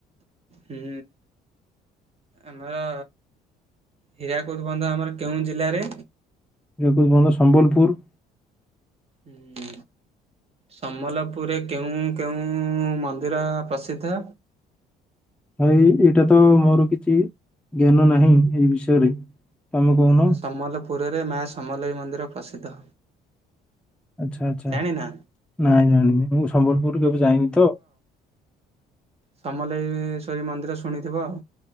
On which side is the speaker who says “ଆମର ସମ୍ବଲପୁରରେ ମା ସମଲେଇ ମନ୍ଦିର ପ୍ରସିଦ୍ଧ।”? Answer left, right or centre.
Right